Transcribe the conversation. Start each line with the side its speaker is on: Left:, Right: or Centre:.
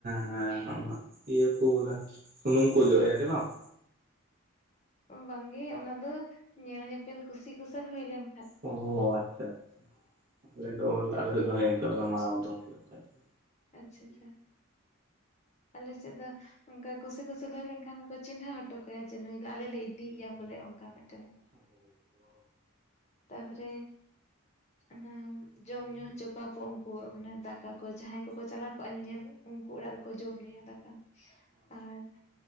Right: ᱦᱮᱸ ᱚᱱᱟ ᱤᱭᱟᱹ ᱠᱚ ᱵᱚᱞᱮ ᱥᱩᱱᱩᱢ ᱠᱚ ᱚᱡᱚᱜ ᱮᱭᱟ ᱵᱟᱝ
Left: ᱵᱟᱝᱜᱮ ᱚᱱᱟ ᱫᱚ ᱧᱮᱞ ᱧᱮᱯᱮᱞ ᱠᱩᱥᱤ ᱠᱩᱥᱟᱞ ᱦᱩᱭ ᱞᱮᱱ
Right: ᱚ ᱟᱪᱪᱷᱟ ᱟᱪᱷᱟ ᱟᱞᱮ ᱫᱚ
Left: ᱛᱟᱯᱚᱨᱮ
Right: ᱟᱞᱮ ᱫᱚᱸ ᱠᱟᱹᱞ ᱢᱟᱲᱟᱝ ᱩᱫᱢ ᱦᱩᱭᱩᱜ ᱠᱟᱱ <unintelligible>
Left: ᱟᱪᱪᱷᱟ ᱟᱪᱪᱷᱟ ᱟᱞᱮᱥᱮᱫ ᱫᱚ ᱚᱱᱠᱟ ᱠᱩᱥᱤ ᱠᱩᱥᱤ ᱦᱩᱭ ᱞᱮᱱᱠᱷᱟᱱ ᱪᱤᱱᱦᱟᱹ ᱦᱚᱴᱚ ᱠᱟᱭᱟ ᱱᱩᱭ ᱫᱚ ᱟᱞᱮ ᱞᱮ ᱤᱫᱤᱭᱮᱭᱟ ᱵᱚᱞᱮ ᱚᱱᱠᱟ ᱢᱤᱫᱴᱮᱱ ᱛᱟᱯᱚᱨᱮ ᱚᱱᱟ ᱡᱚᱢ ᱧᱩ ᱦᱚᱪᱚ ᱠᱚᱣᱟ ᱠᱚ ᱩᱱᱠᱩ ᱢᱟᱱᱮ ᱫᱟᱠᱟ ᱠᱚ ᱡᱟᱦᱟᱸᱭ ᱠᱚᱠᱚ ᱪᱟᱞᱟᱣ ᱠᱚᱜᱼᱟ ᱧᱮᱧᱮᱞ ᱩᱱᱠᱩ ᱚᱲᱟᱜ ᱡᱚᱢ ᱧᱩᱭᱟ ᱫᱟᱠᱟ ᱟᱨ